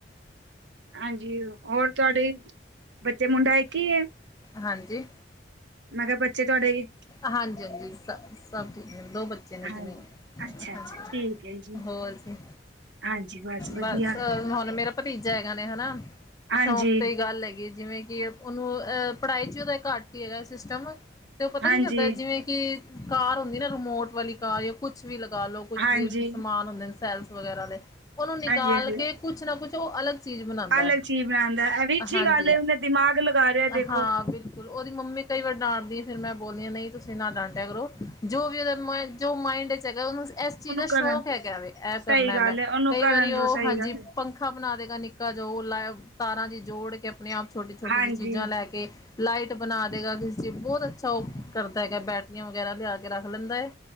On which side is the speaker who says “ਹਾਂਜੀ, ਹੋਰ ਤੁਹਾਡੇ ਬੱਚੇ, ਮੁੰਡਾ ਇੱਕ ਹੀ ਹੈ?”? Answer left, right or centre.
Right